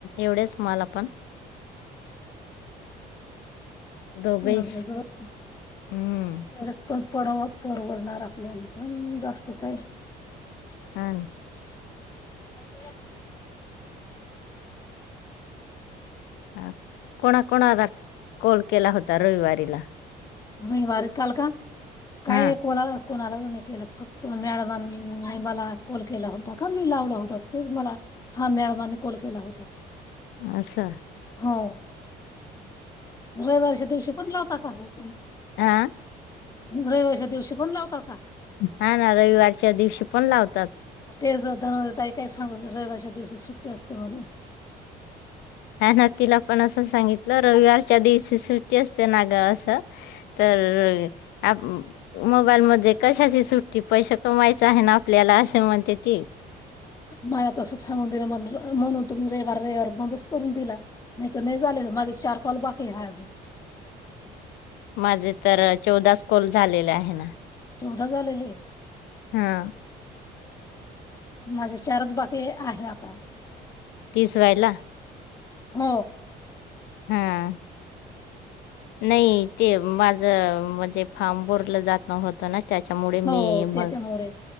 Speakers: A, on the left; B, on the left.
A: एवढेच मला पण दोघेच
B: एवढ एवढ एवढच
A: हम्म
B: पड पर्वा. होणार आपल्याला, पण जास्त काय.
A: हा.
B: <unintelligible>
A: हा कोणा कोणाला कॉल केला होता रविवारीला.
B: नाही वार काल का? काय
A: हा
B: कोणाला? कोणालाच नाही केला, फक्त मॅडमांने मला कॉल केला होता. का मी लावलं होता तेच मला हा मॅडमांनी कॉल केला होता.
A: असं
B: हो रविवारच्या दिवशी कोण लावता का ग तुम्ही?
A: आ.
B: रविवारच्या दिवशी पण लावता. का?
A: हा ना रविवारच्या दिवशी पण लावतो.
B: तेज जो <unintelligible> काय सांगू रविवारचा दिवशीच सुट्टी असते म्हणे.
A: हा ना तिला पण, असं सांगितलं रविवारच्या दिवस. सुट्टी असते ना गं अस, तर आ मोबाईल मध्ये कशाची सुट्टी पैसे कमवायच आहेना आपल्याला असे म्हणते ती,
B: माया तस समुंदर मदल. म्हणून तुम्ही रविवार रविवार बंदच करून दिला. नाही तर नाही झाले माझे चार कॉल बाकी आहे हायं अजून.
A: माझे तर चौदाच कॉल झालेले आहे ना.
B: चौदा झालेले.
A: हा.
B: माझे चारच बाकीे आहे आता.
A: तीस व्हायला.
B: हम्म.
A: हा. नाही ते माझ म्हणजे फार्म भरलं जात होत ना. त्याच्यामुळे मी
B: हो
A: मग
B: तेच्यामुळे,